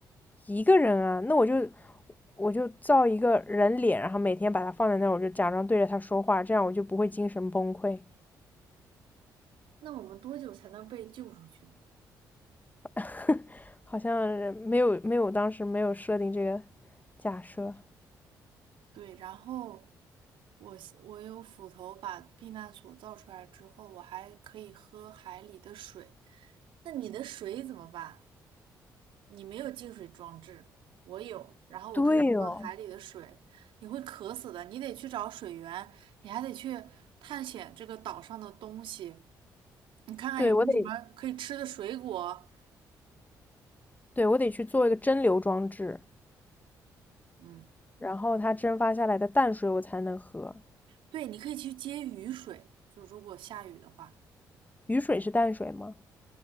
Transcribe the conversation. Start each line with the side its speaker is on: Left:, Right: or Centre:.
Left: 一个人啊，那我就我就造一个人脸，然后每天把它放在那儿，我就假装对着他说话，这样我就不会精神崩溃。
Right: 那我们多久才能被救出去呢？
Left: <laughs> 好像没有没有，当时没有设定这个假设。
Right: 对，然后我是我有斧头把避难所造出来之后，我还可以喝海里的水。那你的水怎么办？你没有净水装置，我有，然后我可以喝海里的水，
Left: 对哦，
Right: 你会渴死的。你得去找水源，你还得去探险这个岛上的东西，你看看有没有什么可以吃的水果。
Left: 对，我得，对，我得去做一个蒸馏装置，
Right: 嗯，
Left: 然后它蒸发下来的淡水我才能喝。
Right: 对，你可以去接雨水，就如果下雨的话，
Left: 雨水是淡水吗？